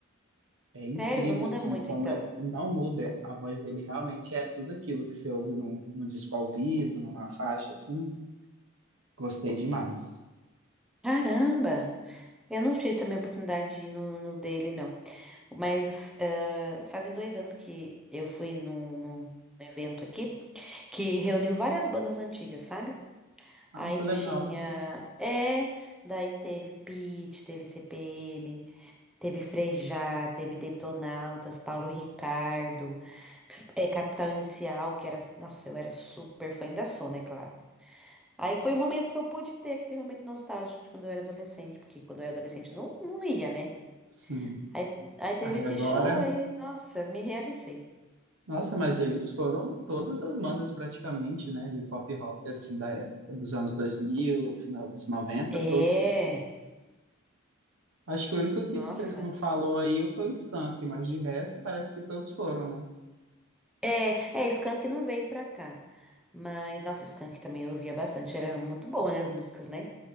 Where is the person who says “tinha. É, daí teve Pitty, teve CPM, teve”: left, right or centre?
Centre